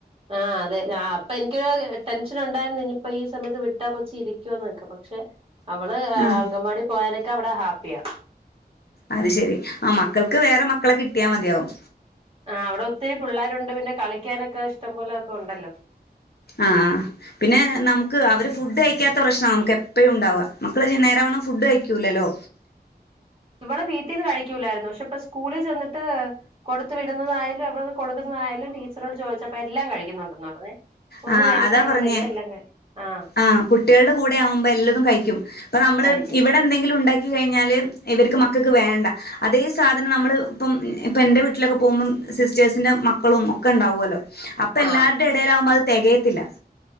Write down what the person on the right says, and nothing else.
ആ അതെ അപ്പൊ എനിക്കൊരു ടെൻഷൻ ഉണ്ടായിരുന്നു ഇനിയിപ്പോ ഈ സമയത്ത് വിട്ടാ കൊച്ചി ഇരിക്കുവന്നൊക്ക പക്ഷെ അവള്
അങ്കൻവാടി പോയാനൊക്കെ അവിടെ ഹാപ്പിയാ
ആ അവിടെ ഒത്തിരി പിള്ളേരുണ്ട് പിന്നെ കളിക്കാനൊക്കെ ഇഷ്ടം പോലൊക്കെ ഉണ്ടല്ലോ
ഇവടെ വീട്ടീന്ന് കഴിക്കൂലായിരുന്നു പക്ഷെ ഇപ്പ സ്കൂളിൽ ചെന്നിട്ട് കൊടുത്തു വിടുന്നതായാലും ഇവിടെന്ന് കൊടുക്കുന്ന യാലും ടീച്ചറോട് ചോദിച്ചപ്പ എല്ലാം കഴിക്കുന്നുണ്ടെന്ന് പറഞ്ഞേ ഒന്നും
വേസ്റ്റ്
ആക്കുന്നില്ല
എല്ലാം കഴി ആഹ്
കഴിക്കും
ആഹ്